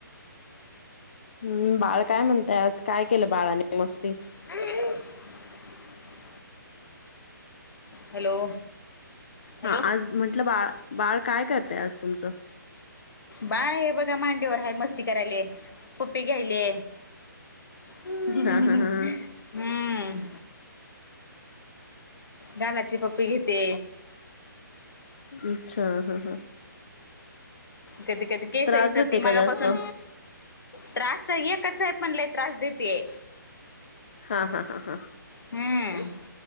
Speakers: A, on the left; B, on the left.
A: हम्म बाळ काय म्हणतय आज,, काय केलं बाळानी मस्ती?
B: ह <inaudible> हॅलो हॅलो
A: हा आज म्हंटलं बाळ, बाळ काय करतय आज तुमचं?
B: बाळ हे बघा मांडीवर हाय मस्ती करायले पप्पी घ्यायले ह ह
A: हा हा हा
B: हम्म,, गालाची पप्पी घेते
A: अच्छा हा हां
B: कधी कधी केस
A: त्रास
B: विचरती
A: देते
B: मगापासून
A: का जास्त
B: त्रास त, र एकच आहे पण लय त्रास देतेय.
A: हा हा हा हा
B: हम्म.